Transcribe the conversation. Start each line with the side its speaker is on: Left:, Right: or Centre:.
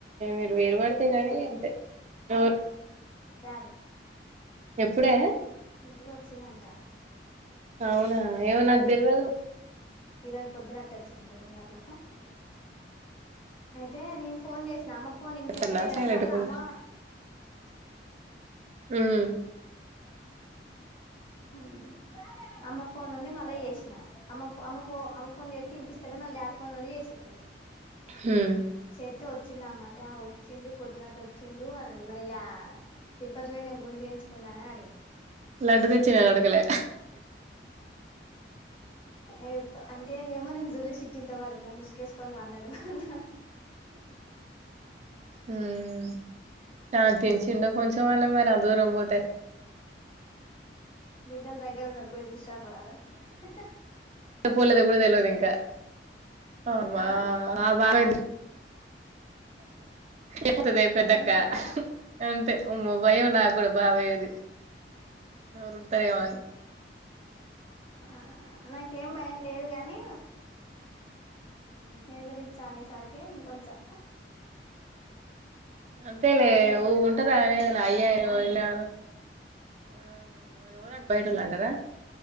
Right: మీరు వేరు పడితే గానీ అంతే న
Left: డాడీ
Right: ఎప్పుడే
Left: ఇంటికి వచ్చిందంట
Right: అవునా ఎవన్గదిల్వ
Left: ఇరజళ పొద్దునట్టు అచ్చి నడియర్ల
Right: హా
Left: అయితే నేను ఫోన్ చేసినా అమ్మ ఫోన్
Right: చేత్తుండా
Left: వినిపిచలేద
Right: సైలెంట్
Left: అని మళ్ళా
Right: గుండా
Left: అమ్మ
Right: హ్మ్
Left: హ్మ్ అమ్మ ఫోన్ నుండి మళ్ళ చేసినా అమ్మ ఫో అమ్మ ఫో అమ్మ ఫోన్ చే తినిపిస్తలే మళ్ళీ డాడ్ ఫోన్ నుండి చేసింది
Right: హ్మ్
Left: చేత్తే వచ్చిండు అమ్మ అంటే ఆ వచ్చిండు పొద్దునట్టు వచ్చిండు అది మన యా తిరుపతి పోయిండు గుండె చేయించ్ ఉన్నావా అని అడిగిన
Right: లడ్డు తెచ్చినే అడగలే
Left: ఏవ్ అంటే ఏమో నేను జూలే చిట్టి ఇంత వరకు ముసుకేసుకొని పన్నాడు అంట
Right: ఆ ఆ నా తించిండ కొంచెం అన్న మనా అ దూరం పోతే
Left: బిడ్డలు దగ్గర ఉన్నారు పోయి చూష్ <unintelligible>
Right: పోలేద కూడా తెలవదు ఇంకా అమా
Left: ఆ
Right: ఆ బాగా పెట్ ఎపోతదే పెద్దక్క
Left: అంతేనా
Right: అంతే అమ్మో భయం నాకు కూడా బా పోయేది ఎవరు ఉంటారేమో
Left: ఆ న ఇంకేం భయం లేదు కానీ
Right: అని
Left: ఎదురు ఇచ్చాలేస్ సరికేంది కొంచెం
Right: అంతే లే
Left: అయితే
Right: ఊ
Left: నా
Right: ఉంటదా
Left: కడుపులో పుట్టి
Right: నా
Left: నన్ను
Right: అయ్యాను
Left: అంటదా అంటా
Right: నా ఆ మరి ఎవరంట బయట వాళ్ళు అంటారా